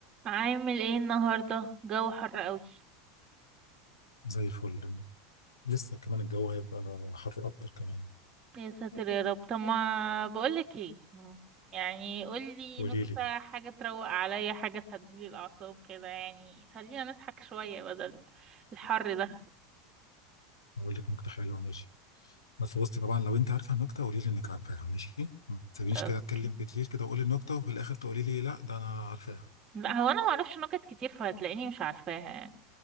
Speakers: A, on the right; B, on the left.
A: عامل ايه النهارده جو حر قوي
B: زي الفل لسه كمان الجو هيبقى حر اكتر كمان
A: يا ساتر يا رب طب ما بقولك ايه مم. يعني قولي
B: قولي
A: نكتة
B: لي
A: حاجة تروق عليا حاجة تهديلي الأعصاب كده يعني خلينا نضحك شوية بدل الحر ده
B: اقول لك نكته حلوه ماشي بس بصي طبعا لو انت عارفه النكته قولي لي انك عارفاها ماشي ما تسيبنيش
A: اوكي
B: كده اتكلم كتير كده واقول النكته وفي الاخر تقولي لي لا ده انا عارفاها
A: لا هو انا معرفش نكت كتير فهتلاقيني مش عارفاها يعني